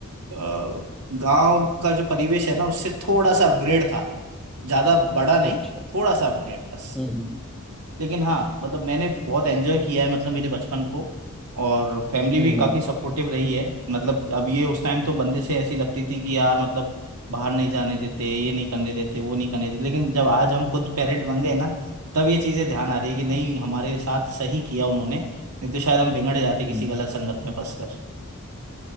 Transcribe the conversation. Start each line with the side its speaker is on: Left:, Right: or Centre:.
Right: गांव का जो परिवेश है ना उससे थोड़ा सा अपग्रेड था ज्यादा बड़ा नहीं
Centre: अच्छा
Right: थोड़ा सा अपग्रेड बस
Centre: हम्म
Right: लेकिन हाँ मतलब मैंने बहुत एंजॉय किया है मतलब मेरे बचपन को और फैमिली
Centre: हम्म
Right: भी काफ़ी
Centre: हम्म
Right: सपोर्टिव रही है मतलब अब ये उस टाइम तो बंदिशें ऐसी लगती थी कि यार मतलब बाहर नहीं जाने देते ये नहीं करने देते वो नहीं करने देते लेकिन जब आज हम खुद पेरेंट बन गए ना तब ये चीज़ें ध्यान आ रही है कि नहीं हमारे साथ सही किया उन्होंने नहीं तो शायद हम बिगड़ जाते
Centre: हम्म
Right: किसी गलत संगत में फंसकर